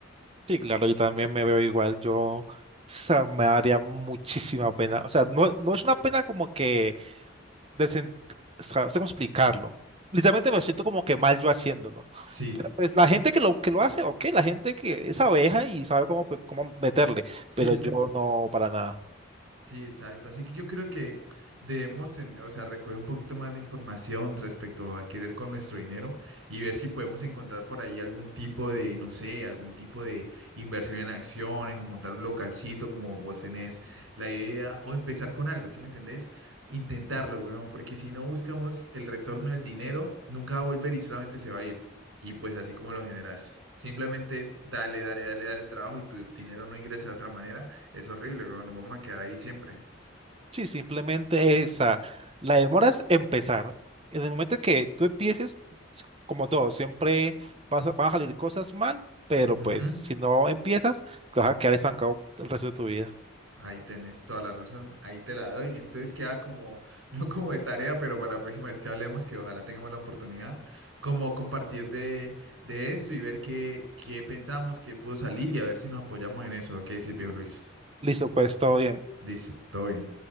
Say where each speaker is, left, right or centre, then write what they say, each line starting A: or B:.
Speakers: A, on the right (about 30°); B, on the right (about 85°).
A: Sí, claro, yo también me veo igual, yo, o sea, me daría muchísima pena, o sea, no, no es una pena como que, de sen- o sea, no sé cómo explicarlo, literalmente me siento como que mal yo haciéndolo,
B: Sí,
A: pero pues la gente que lo, que lo hace, ok, la gente que es abeja y sabe cómo, pe- cómo meterle,
B: sí,
A: pero
B: exacto.
A: yo no, para nada.
B: Sí, exacto. Así que yo creo que debemos, en- o sea, recoger un poquito más de información respecto a qué hacer con nuestro dinero y ver si podemos encontrar por ahí algún tipo de, no sé, algún tipo de inversión en acciones o montar un localcito como vos tenés la idea o empezar con algo, ¿sí me entendés? Intentarlo, weón, porque si no buscamos el retorno del dinero, nunca va a volver y solamente se va a ir. Y pues así como lo generas. Simplemente dale, dale, dale, dale trabajo y tu dinero no ingresa de otra manera es horrible, weón. Nos vamos a quedar ahí siempre.
A: Sí, simplemente esa. La demora es empezar. En el momento que tú empieces, s- como todo, siempre vas a, van a salir cosas mal, pero
B: Ujú.
A: pues si no empiezas, te vas a quedar estancado el resto de tu vida.
B: Ahí tenés toda la razón. Ahí te la doy. Entonces queda como, <laughs> no como de tarea, pero para la próxima vez que hablemos, que ojalá tengamos la oportunidad, como compartir de, de esto y ver qué, qué pensamos, qué pudo salir y a ver si nos apoyamos en eso. ¿Qué decís, viejo Luis?
A: Listo, pues todo bien.
B: Listo, todo bien.